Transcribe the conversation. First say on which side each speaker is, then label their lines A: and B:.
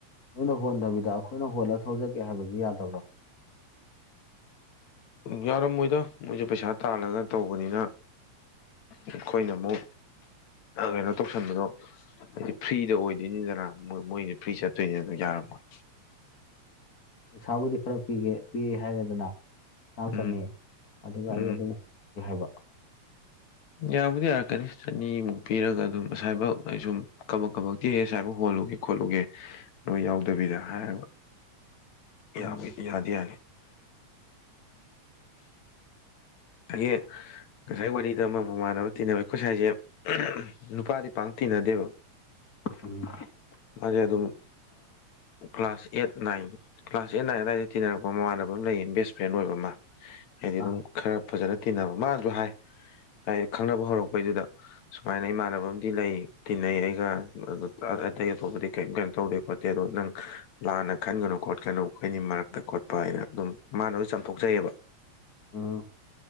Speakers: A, on the left; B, on the left.
A: ꯅꯣꯏꯅ ꯍꯣꯟꯗꯕꯤꯗ ꯑꯩꯈꯣꯏ ꯑꯩꯈꯣꯏꯅ ꯍꯣꯜꯂꯒ ꯊꯧꯖꯒꯦ ꯍꯥꯏꯕꯁꯨ ꯌꯥꯗꯕ꯭ꯔꯣ?
B: ꯌꯥꯎꯔꯝꯃꯣꯏꯗꯣ ꯃꯣꯏꯁꯨ ꯄꯩꯁꯥ ꯇꯥꯜꯂꯒ ꯇꯧꯕꯅꯤꯅ꯫ ꯑꯩꯈꯣꯏꯅ ꯑꯃꯨꯛ ꯀꯩꯅꯣ ꯇꯧꯁꯟꯕꯗꯣ ꯍꯥꯏ ꯐ꯭ꯔꯤꯗ ꯑꯣꯏꯗꯣꯏꯅꯤꯗꯅ ꯃꯣꯏꯗꯤ ꯐ꯭ꯔꯤ ꯆꯠꯇꯣꯏꯅꯤ ꯑꯗꯨꯝ ꯌꯥꯔꯝꯃꯣꯏ꯫
A: ꯄꯩꯁꯥꯕꯨꯗꯤ ꯈꯔ ꯄꯤꯒꯦ ꯄꯤ ꯍꯥꯏꯔꯦꯗꯅ ꯆꯥꯝ
B: ꯎꯝ
A: ꯆꯪꯅꯤ ꯑꯗꯨꯒ
B: ꯎꯝ
A: ꯑꯩ ꯑꯗꯨꯝ ꯍꯣꯟꯒꯦ ꯍꯥꯏꯕ
B: ꯌꯥꯕꯨꯗꯤ ꯌꯥꯔꯛꯀꯅꯤ ꯆꯅꯤꯃꯨꯛ ꯄꯤꯔꯒ ꯑꯗꯨꯝ ꯉꯁꯥꯏꯐ ꯑꯩ ꯁꯨꯝ ꯀꯕꯛ ꯀꯕꯛꯇꯤ ꯍꯦꯁ ꯍꯥꯏꯕ ꯍꯣꯜꯂꯨꯒꯦ ꯈꯣꯠꯂꯨꯒꯦ ꯅꯣꯏ ꯌꯥꯎꯗꯕꯤꯗ ꯍꯥꯏꯒ꯫
A: ꯎꯝ
B: ꯌꯥ ꯌꯥꯗꯤ ꯌꯥꯅꯤ꯫ ꯑꯩꯉꯁꯥꯏ ꯋꯥꯔꯤ ꯁꯤꯗ ꯑꯃ ꯃꯃꯥꯟꯅꯕ ꯇꯤꯟꯅꯕ ꯑꯩꯈꯣꯏ ꯁꯋꯥꯏꯁꯦ ꯅꯨꯄꯥꯗꯤ ꯄꯥꯡ ꯇꯤꯟꯅꯗꯦꯕ
A: ꯎ
B: ꯃꯥꯁꯦ ꯑꯗꯨꯝ class eight nine class eight nine ꯑꯗꯨꯗꯥꯋꯥꯏꯗ ꯇꯤꯟꯅꯔꯛꯄ ꯃꯃꯥꯟꯅꯕ ꯑꯃ ꯂꯩꯌꯦ ꯕꯦꯁ ꯐ꯭ꯔꯦꯟ ꯑꯣꯏꯕ ꯑꯃ ꯍꯥꯏꯗꯤ ꯑꯗꯨꯝ
A: ꯑꯥ
B: ꯈꯔ ꯐꯖꯅ ꯇꯤꯟꯅꯕ ꯃꯥꯁꯨ ꯍꯥꯏ ꯍꯥꯏ ꯈꯪꯅꯕ ꯍꯧꯔꯛꯄꯩꯗꯨꯗ꯫ ꯁꯨꯃꯥꯏꯅ ꯏꯃꯥꯟꯅꯕ ꯑꯃꯗꯤ ꯂꯩ ꯇꯤꯟꯅꯩ ꯑꯩꯒ ꯑꯇꯩ ꯑꯇꯣꯞꯄꯗꯤ ꯀꯔꯤꯝ ꯀꯩꯅꯣ ꯇꯧꯗꯦ ꯈꯣꯠꯇꯦ ꯑꯗꯣ ꯅꯪ ꯂꯥꯟꯅ ꯈꯟꯒꯅꯨ ꯈꯣꯠꯀꯅꯨ ꯑꯩꯈꯣꯏꯅꯤ ꯃꯔꯛꯇ ꯈꯣꯠꯄ ꯍꯥꯏꯅ ꯑꯗꯨꯝ ꯃꯥꯅꯁꯨ ꯆꯥꯝꯊꯣꯛꯆꯩꯑꯕ꯫
A: ꯎꯝ